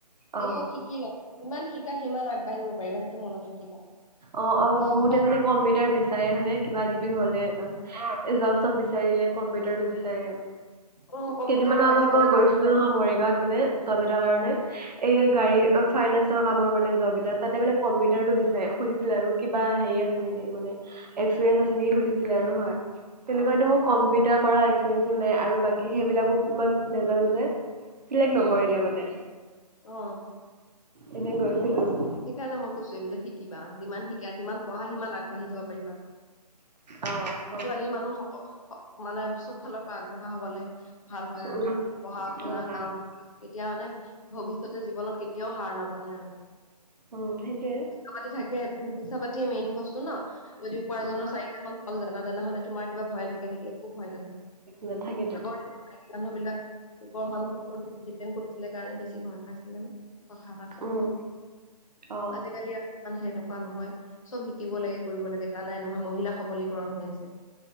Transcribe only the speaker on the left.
এই চব শিকি ল ইমান শিক সিমান আগবাঢ়িব পাৰিব সেইটো মনত ৰাখিবা
পঢ়া
শুনা
অ কম্পিউটাৰটো
আজিকালি
লাগে
উম
উম
অ
উম
অ
সেইকাৰণে মই কৈছো এইবিলাক শিকিবা৷ যিমান শিকা যিমান পঢ়া সিমান আগবাঢ়ি যাব পাৰিবা৷
ছোৱালী মানুহ সক মানে চব ফালৰ পৰা আগবঢ়া হবলে ভাল হয় আৰু
পঢ়া শু শুনা
কাম এতিয়া মানে ভৱিষ্যতে জীৱনত কেতিয়াও হাৰ নামানে আৰু৷
পইচা পাতি থাকে৷ পইচা পাতিয়ে মেইন বস্তু ন? যদি উপাৰ্জনৰ
চাৰিটামান ভাল জানা তানা মানে তোমাৰ কিবা ভয় লাগে নেকি? একো ভয় নাথাকে৷আগৰ
দিনৰ মাইকী মানুহ বিলাক মানুহ দিপেন্ত কৰে সেই কাৰণে বেছি ভয় খাইছিলে ন? কথা এটা কবলে
আজিকালি আৰু ইমান সেনেকুৱা নহয় চব শিকিব লাগে কৰিব লাগে জানাই নহয়? মহিলা সবলীকৰণ হৈ আছে৷